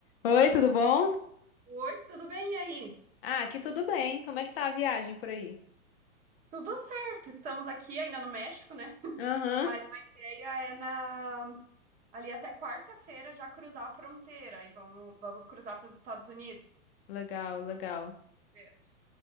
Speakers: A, on the left; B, on the right.
A: Oi, tudo bom?
B: Oi, tudo bem? E aí?
A: Ah, aqui tudo bem. Como é que tá a viagem por aí?
B: Tudo certo, estamos aqui ainda no México, né?
A: Aham.
B: Mas a ideia é na ali até quarta-feira já cruzar a fronteira e vamos, vamos cruzar para os Estados Unidos.
A: Legal, legal.
B: Certo.